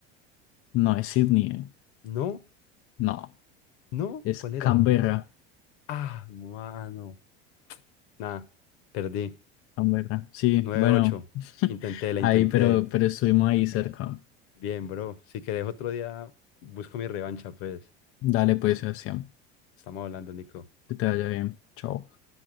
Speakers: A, on the left; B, on the left.
A: No, es Sydney. eh.
B: No,
A: No,
B: no,
A: es
B: ¿cuál era?
A: Canberra.
B: Ah, mano. Nada, perdí.
A: Canberra. Sí,
B: Nueve
A: bueno,
B: ocho.
A: <laughs>
B: Intenté, la
A: ahí,
B: intenté.
A: pero, pero estuvimos ahí cerca.
B: Bien, bro. Si querés otro día, busco mi revancha, pues.
A: Dale pues, Sebastián.
B: Estamos hablando, Nico.
A: Que te vaya bien. Chao.